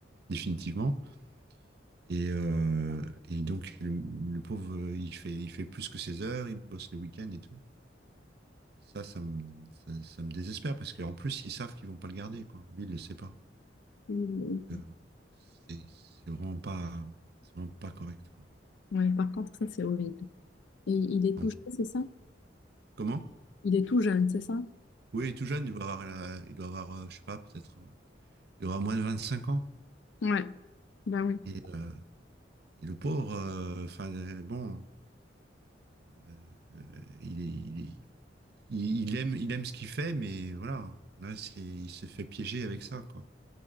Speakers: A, on the right (about 55°); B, on the left (about 70°).
A: définitivement. Et, euh, et donc, le, le pauvre, euh, il fait, il fait plus que ses heures, il bosse le week-end et tout. Et ça, ça me, ça, ça me désespère parce qu'en plus, ils savent qu'ils vont pas le garder, quoi. Lui, il le sait pas.
B: il-
A: Donc, euh, c'est c'est vraiment pas, c'est vraiment pas correct, quoi.
B: Ouais, par contre, ça, c'est horrible. Et il est
A: Donc,
B: tout jeune, c'est ça?
A: comment?
B: Il est tout jeune, c'est ça?
A: Oui, il est tout jeune, il doit avoir, la- il doit avoir, euh, je sais pas, peut-être, euh, il doit avoir moins de 25 ans.
B: Ouais, bah oui.
A: Et, euh, et le pauvre, euh, enfin euh, bon, euh, euh, il est, il est- il- il aime, il aime ce qu'il fait, mais voilà, là, c'est, il se fait piéger avec ça, quoi.